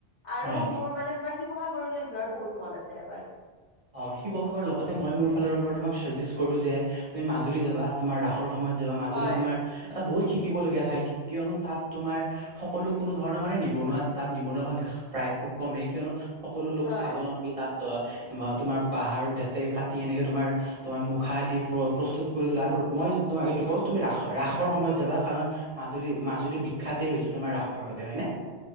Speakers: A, on the left; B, on the right.
A: আৰু
B: হয়।
A: মোৰ মানে তোমাৰ শিৱসাগৰলৈ যোৱাৰ বহুত মন আছিল। <unintelligible>
B: অ' শিৱসাগৰ, লগতে মই মোৰ ফালৰপৰা তোমাক চাজেষ্ট কৰোঁ যে তুমি মাজুলী যাবা তোমাৰ ৰাসৰ সময়ত যাবা, মাজুলী
A: হয়
B: তোমাৰ এটা বহুত শিকিবলগীয়া ঠাই, কিয়নো তাত তোমাৰ সকলো কোনোধৰণৰ মানে নিবনুৱা তাত নিবনুৱা সংখ্যা প্ৰায় খুব কমেই কিয়নো সকলো লোক
A: হয়
B: স্বাৱলম্বী তাত অ বা তোমাৰ বাঁহৰ, বেতে কাটি এনেকে তোমাৰ তোমাৰ মুখা আদি প্ৰস্তুত কৰি তুলে আৰু মই তোমাক এইটো কওঁ তুমি ৰাস-ৰাসৰ সময়ত যাবা কাৰণ মাজুলী মাজুলী বিখ্যাতেই হৈছে তোমাৰ ৰাস সৰ বাবে হয়নে?